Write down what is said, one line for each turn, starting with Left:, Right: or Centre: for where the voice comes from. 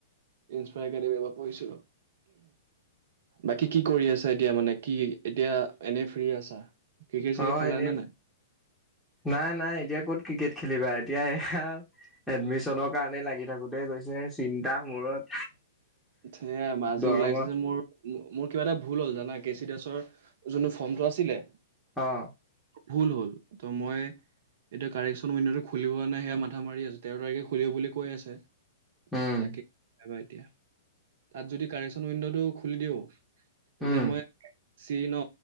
Right: ইনস্পায়াৰ একাডেমি পৰা পঢ়িছিলো। বাকী কি কৰি আছা এতিয়া মানে? কি এতিয়া এনেই ফ্ৰী আছা? ক্ৰিকেট চিকেট
Centre: অ',
Right: খেলা
Centre: এনেই।
Right: নে নাই
Centre: নাই-নাই এতিয়া ক'ত ক্ৰিকেট খেলিবা এতিয়া এয়া, এডমিশনৰ কাৰণে লাগি থাকোতেই গৈছে, চিন্তা মূৰত
Right: <unintelligible> আজি
Centre: দৰঙত
Right: ওলাইছে যে মোৰ মোৰ কিবা এটা ভুল হ'ল জানা, কে চি ডাছৰ যোনটো ফৰ্মটো আছিলে
Centre: অ
Right: ভূল হ'ল, তো মই এতিয়া কাৰেকশ্যন উইণ্ডটো খুলিব খুলিব নাই সেয়া মাথা মাৰি আছো, তেৰ তাৰিখে খুলিব বুলি কৈ আছে।
Centre: উম
Right: তাকে যাবা এতিয়া তাত যদি কাৰেকশ্যন উইণ্ড'টো খুলি দিওঁ তেতিয়া
Centre: উম
Right: মই চি ন,